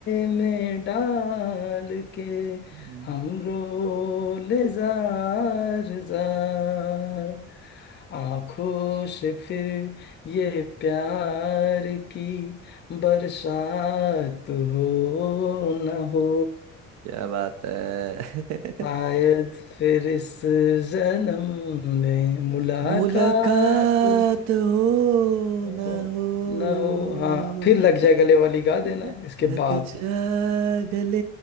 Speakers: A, on the left (about 35°); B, on the right (about 65°).
A: में डाल के
B: हम्म,
A: हमरो ले जार जार आंखों से फिर ये प्यार की बरसात हो न हो
B: क्या बात है
A: शायद फिर इस जन्म में मुलाकात
B: <laughs> मुलाकात हो
A: हो
B: ना हो
A: न हो हाँ फिर लग जाए
B: <laughs>
A: गले वाली गा देना इसके
B: लग
A: बाद
B: जा गले